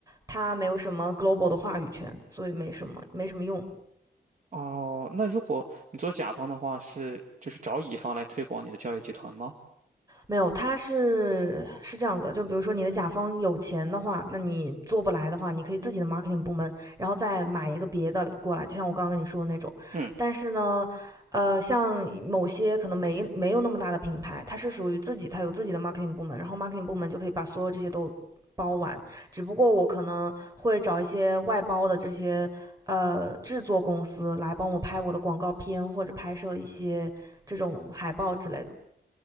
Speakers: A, on the right; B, on the right.
A: 它没有什么 global 的话语权，所以没什么没什么用。
B: 哦，那如果你做甲方的话，是就是找乙方来推广你的教育集团吗？
A: 没有，他是是这样子就比如说你的甲方有钱的话，那你做不来的话，你可以自己的 marketing 部门，然后再买一个别的过来，就像我刚刚跟你说的那种。
B: 嗯。
A: 但是呢，呃，像某些可能没没有那么大的品牌，它是属于自己，它有自己的 marketing 部门，然后 marketing 部门就可以把所有这些都包完。只不过我可能会找一些外包的这些呃制作公司来帮我拍我的广告片或者拍摄一些这种海报之类的。